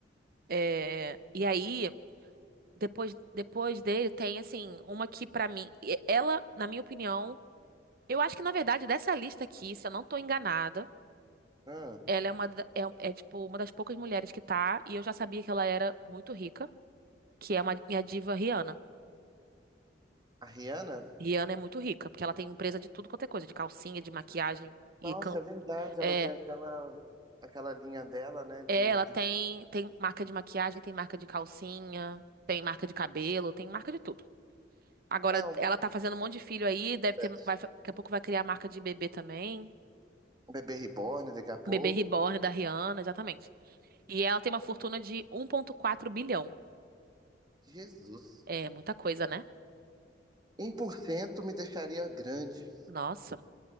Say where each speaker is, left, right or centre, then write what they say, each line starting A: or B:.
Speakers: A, on the right; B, on the right.
A: É, E aí, depois, depois dele, tem, assim, uma que, pra mim, e- ela, na minha opinião, eu acho que, na verdade, dessa lista aqui, se eu não tô enganada,
B: Ah,
A: ela é uma, da- é, é, tipo, uma das poucas mulheres que tá, e eu já sabia que ela era muito rica, que é uma, minha diva Rihanna.
B: a Rihanna?
A: Rihanna é muito rica, porque ela tem empresa de tudo quanto é coisa, de calcinha, de maquiagem e
B: Nossa,
A: canto.
B: é verdade.
A: É,
B: Ela tem aquela, aquela linha dela, né? De,
A: é, ela
B: de-
A: tem, tem marca de maquiagem, tem marca de calcinha, tem marca de cabelo, tem marca de tudo. Agora
B: É um
A: ela tá fazendo um monte de filho aí, deve
B: processo.
A: ter, vai, daqui a pouco vai criar a marca de bebê também.
B: Um Bebê reborn daqui a pouco.
A: Bebê Reborn da Rihanna, exatamente. E ela tem uma fortuna de 1,4 bilhão.
B: Jesus.
A: É muita coisa, né?
B: um por cento me deixaria grande.
A: Nossa,